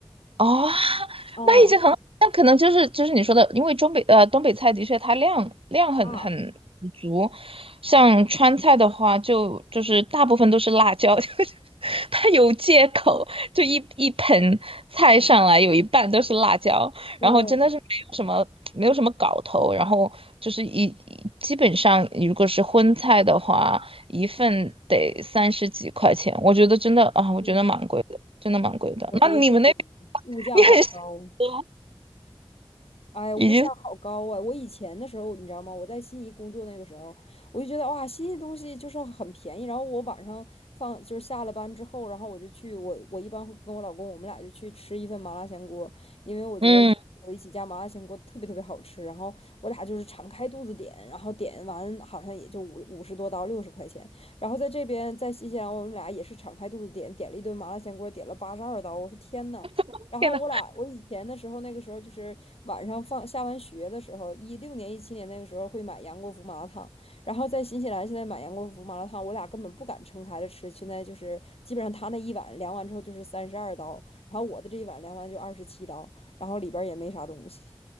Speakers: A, on the right; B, on the left.
A: 哦，
B: 嗯
A: 那已经很好那可能就是就是你说的，因为中北呃东北菜的确它量量很很很足，
B: 啊，
A: 像川菜的话就就是大部分都是辣椒，<laughs> 就是它有借口，就一一盆菜上来有一半都是辣椒，
B: 对，
A: 然后真的是没有什么没有什么搞头，然后就是一一基本上如果是荤菜的话，一份得三十几块钱，我觉得真的啊，我觉得蛮贵的，
B: 嗯，
A: 真的蛮贵的。
B: 我觉得这
A: 那你们那？
B: 物价好高。
A: <laughs> 你很幸福，
B: 哎，
A: 已经
B: 物价好高啊！我以前的时候，你知道吗？我在悉尼工作那个时候，我就觉得哇，悉尼东西就是很便宜。然后我晚上放就是下了班之后，然后我就去我我一般会跟我老公，我们俩就去吃一份麻辣香锅，因为我觉得有一起家麻辣香锅特别特别好吃。
A: 嗯，
B: 然后我俩就是敞开肚子点，然后点完好像也就五五十多刀，六十块钱。然后在这边在新西兰，我们俩也是敞开肚子点，点了一顿麻辣香锅，点了八十二刀。我说天呐！
A: <laughs>
B: 然后我俩，
A: 天呐，
B: 我以前的时候，那个时候就是晚上放下完学的时候，一六年、一七年那个时候会买杨国福麻辣烫，然后在新西兰现在买杨国福麻辣烫，我俩根本不敢撑开了吃，现在就是基本上他那一碗量完之后就是三十二刀，然后我的这一碗量完就二十七刀，然后里边儿也没啥东西，